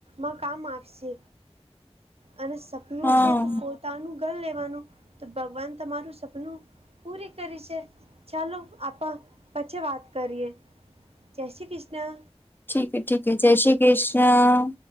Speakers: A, on the right; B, on the left.
A: માં કામ આવશે. અને સપનું
B: હા
A: છે તો પો તાનું ઘર લેવાનું તો ભગવાન તમારું સપનું પૂરી કરી શે. ચાલો, આપા પછી વાત કરીએ, જય શ્રી કૃષ્ણ.
B: ઠીક ઠીક હે, જય શ્રી કૃષ્ણ.